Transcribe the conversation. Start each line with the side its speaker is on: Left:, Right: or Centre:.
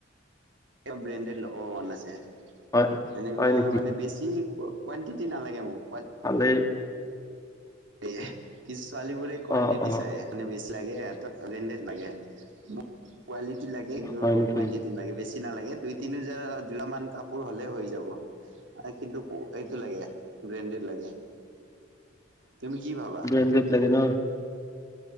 Right: ব্ৰেণ্ডড লগাৱ মন আছে।
Left: হয়
Right: এনেকুৱা
Left: হয় নেকি
Right: মানে, বেছি কোৱানটিটি নালাগে মোক।
Left: ভালেই।
Right: সেৱাই কিছ ছোৱালীবোৰে কোৱানটিটি
Left: অ অ
Right: চাই। মানে বেছি লাগে, ইয়তক বেনদেদ লাগে। মোক কোৱালিটি লাগে, কিন্তু
Left: হয় নেকি
Right: কোৱানটিটি লাগে। বেছি নালাগে। দুই তিনি হেজাৰ যোৰামান কাপোৰ হ'লেই হৈ যাব। এ', কিন্তু অ-এইটো লাগে। ব্ৰেণ্ডেড লাগে।
Left: <inaudible>
Right: তুমি কি ভাবা?
Left: ব্ৰেণ্ডেড লাগে ন